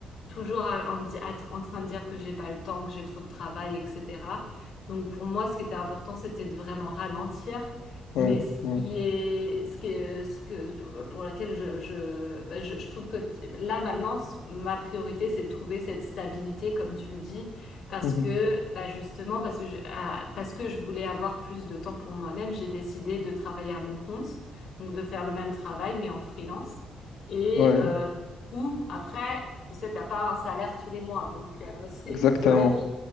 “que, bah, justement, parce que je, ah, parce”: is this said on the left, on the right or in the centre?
Left